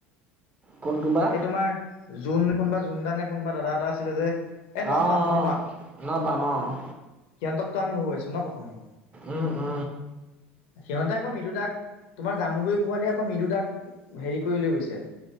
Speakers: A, on the right (about 20°); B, on the left (about 55°).
A: কোনটো বা
B: এই তোমাৰ জোন কোনোবা জোনদা নে কোনোবা দাদা এটা আছিলে যে। ন
A: অ',
B: পাম ন
A: অ', ন-পাম অ'।
B: সিয়তক‌টো আমি হওৱাইছো ন প্ৰথমে।
A: উ, উ।
B: সিহঁতে আকৌ মৃদুদাক, তোমাৰ জামুগুৰি পোৱালীয়ে আকৌ মৃদুদাক, হেৰি কৰি লৈ গৈছে।